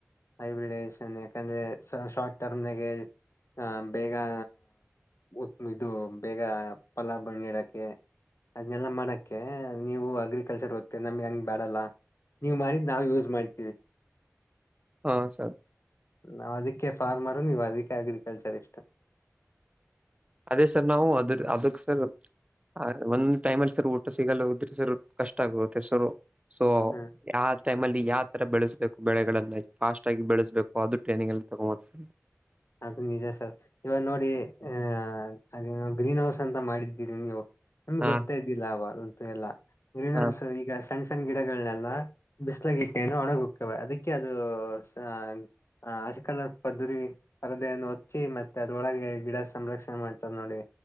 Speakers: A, on the left; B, on the right.
A: ಹೈಬ್ರಿಡೈಜೇಷನ್ ಯಾಕಂದ್ರೆ ಸಾ ಶಾರ್ಟ್ ಟರ್ಮ್ನದಾ ಗೆ. ಅ ಬೇಗಾ ಉತ್ಮಿದು ಬೇಗಾ ಪಲಾ ಬಳನೀಡಕ್ಕೆ. ಅದ್ನೆಲ್ಲ ಮಾಡಕ್ಕೆೆ ನೀವು ಅಗ್ರಿಕಲ್ಚರ್ ಓದತ್ತೆ ನಮ್ ಹೆಂಗ್ ಬ್ಯಾಡಲ್ಲಾ. ನೀವ ಮಾಡಿದ್ ನಾವು ಯೂಸ್ ಮಾಡ್ತೀವಿ.
B: ಹಾ ಸರ್.
A: ನಾವ ಅದಕ್ಕೆ ಫಾರ್ಮರು ನೀವ ಅದಕ್ಕೆ ಅಗ್ರಿಕಲ್ಚರ್ ಇಷ್ಟ.
B: ಅದೇ ಸರ್ ನಾವು ಅದ್ರ ಅದಕ್ ಸರ್. ಆ ಒಂದ್ ಟೈಮಲ್ಲಿ ಸರ್ ಊಟ ಸಿಗಲ್ಲ ಉದ್ರ ಸರ್ ಕಷ್ಟ ಆಗುತ್ತೆ ಸೊ ಸೊ
A: ಹ್ಮ
B: ಯಾ. ಟೈಮ ಅಲ್ಲಿ ಯಾವ ತರ ಬೆಳೆಸ್ಬೇಕು ಬೆಳೆಗಳನ್ನ ಫಾಸ್ಟ್ ಆಗಿ ಬೆಳೆಸ್ಬೇಕು ಅದು ಟ್ರೈನಿಂಗಲ್ಲಿ ತಗೊಬೋದ ಸರ್.
A: ಅದು ನಿಜ ಸರ್ ಇವಾಗ ನೋಡಿ ಆಹ ಅದು ಗ್ರೀನ್ ಹೌಸ್ ಅಂತ ಮಾಡಿದ್ದೀರಿ ನೀವು. ನಮ್ಗ
B: ಹಾ
A: ಗೊತ್ತೇ ಇದ್ದಿಲ್ಲ ಅವಾಗ್ದು ಅಂತು ಎಲ್ಲಾ ಗ್ರೀನ್
B: ಹಾ
A: ಹೌಸ್ ಈಗ ಸಣ್ಣ ಸಣ್ಣ ಗಿಡಗಳನೆೆಲ್ಲ ಬಿಸ್ಲ ಗಿಟ್ಟೆಯನ್ನು ಒಣಗ ಹೋಗ್ತವೆ ಅದಕ್ಕೆ ಅದು ಸಾ ಹ ಅಸಕಲರ್ ಪದಿರಿ. ಪರದೆಯನ್ನು ಹೊಚ್ಚಿ ಮತ್ತೆ ಅದ್ರೊಳಗೆ ಗಿಡ ಸಂರಕ್ಷಣೆ ಮಾಡ್ತಾರೆ ನೋಡಿ